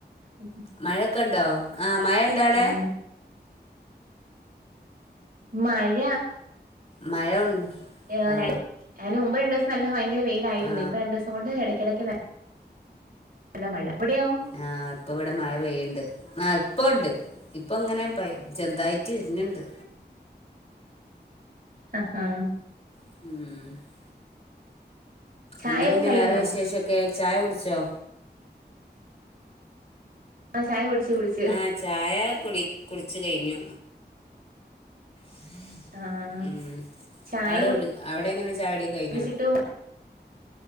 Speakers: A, on the right (about 60°); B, on the left (about 35°).
A: <unintelligible>
B: മഴൊക്കെ ഉണ്ടോ ആഹ മഴ ഇണ്ടോ അവിടെ
A: ആഹ് മഴ
B: മഴ ഉണ്ടോ
A: അതിന്
B: ആ
A: മുമ്പ് രണ്ട ദിവസം നല്ല ഭയങ്കര വെയില ആയിരുന്നു
B: ആ
A: ഇപ്പൊ രണ്ടുസം കൊണ്ട് ഇടക്കടയ്ക്ക് നല്ല മഴ അവിടെയോ
B: ആ് ഇപ്പ ഇവിടെ മഴ പെയ്യുണ്ട് ആ ഇപ്പ ഉണ്ട് ഇപ്പ ഇങ്ങനെ പ ചെറുതായി ചെറുതായിട്ട് വരുന്നുണ്ട്
A: ആഹഹ
B: ഉം
A: ചായയൊക്കെ
B: എന്താ പിന്നെ
A: കഴിഞ്ഞോ
B: വേറെ വിശേഷൊക്കെ ചായ കുടിച്ചോ
A: ആഹ ചായ കുടിച്ച് കുടിച്ച്
B: ആ ചായ കുടി കുടിച്ച് കഴിഞ്ഞു ഉം
A: ആഹ്
B: ഉം
A: ചായ
B: അവിടെ അവിടെ എങ്ങനെ ചായക്കൂടി കഴിഞ്ഞോ
A: കുടിച്ചിട്ട്